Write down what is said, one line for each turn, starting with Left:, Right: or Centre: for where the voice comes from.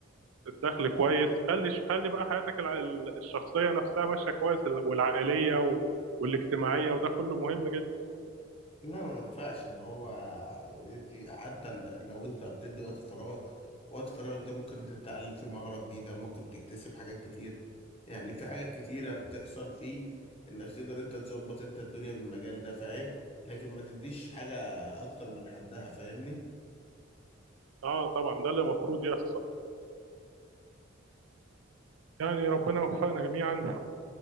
Right: الدخل كويس خلي خلي بقى حياتك الع- الشخصية نفسها ماشية كويس والعائلية و... والاجتماعية وده كله مهم جدا
Left: لا ما ينفعش ان هو يدي حتى ال- لو انت بتدي وقت فراغك وقت فراغك ده ممكن انت تتعلم فيه مهارة جديدة ممكن تكتسب حاجات كتير يعني في حاجات كتيرة بتحصل فيه انك تقدر انت تظبط انت الدنيا بالمجال ده فاهم لكن ما تديش حاجة اكتر من حدها فاهمني
Right: اه طبعا ده اللي المفروض يحصل يعني ربنا يوفقنا جميعا